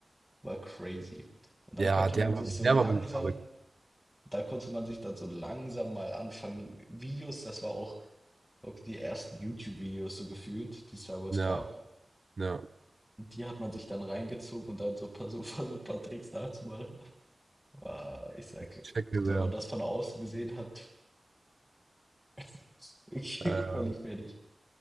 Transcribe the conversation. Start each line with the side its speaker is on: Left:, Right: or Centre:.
Centre: war crazy. Und dann
Right: Ja,
Centre: konnte
Right: der
Centre: man sich
Right: war,
Centre: so
Right: der
Centre: langsam
Right: war wirklich verrückt.
Centre: da konnte man sich dann so langsam mal anfangen Videos das war auch low key die ersten YouTube-Videos so gefühlt, die es damals
Right: Ja,
Centre: gab.
Right: ja.
Centre: Und die hat man sich dann reingezogen und dann so paar super, super Tricks nachzumachen. Ah, ich sag,
Right: Checke sehr.
Centre: wenn man das von außen gesehen hat, <laughs> ich
Right: Äh,
Centre: völlig fertig.